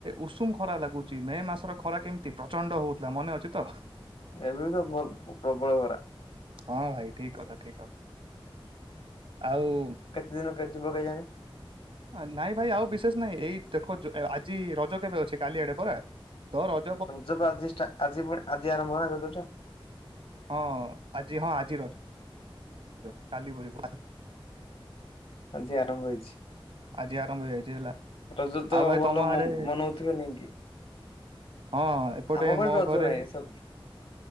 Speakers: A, on the right (about 70°); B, on the left (about 75°).
A: ଉଷୁମ ଖରା ଲାଗୁଚି। ମେ ମାସର ଖରା କେମତି ପ୍ରଚଣ୍ଡ ହଉଥୁଲା ମନେ ଅଛି ତ?
B: ଏବେ ବି ତ ଭଲ୍ ପ୍ରବଳ ଖରା।
A: ହଁ ଭାଇ ଠିକ୍ କଥା ଠିକ୍ କଥା। ଆଉ
B: ହେ ଦିନ କେ ଯିବ କେଜାଣି?
A: ଆ ନାଇଁ ଭାଇ ଆଉ ବିଶେଷ ନାଇଁ ଏଇ ଦେଖ ଜ ଏ ଆଜି ରଜ କେବେ ଅଛି କାଲି ଆଡ଼େ ପରା ତ ର
B: ରଜ ପା ଆଜି ଷ୍ଟା ଆଜି ପୁଣି ଆଜି ଆରମ୍ଭ ହେଲା ରଜଟା।
A: ହଁ ଆଜି ହଁ ଆଜି ରଜ ଜ କାଲି ବଲିବୁ।
B: ଆଜି ଆରମ୍ଭ ହେଇଛି।
A: ଆଜି ଆରମ୍ଭ ହେଇଯାଇଛି ହେଲା
B: ରଜ ତ
A: ଆଉ ଭାଇ
B: ଭଲ
A: ତମ ଆଡେ
B: ମ ମନଉଥୁବେ ନେଇଁ କି?
A: ହଁ ଏପଟେ
B: ଆମ ପଟେ
A: ମୋ
B: ରଜ
A: ଘରେ
B: ନାହିଁ ସବୁ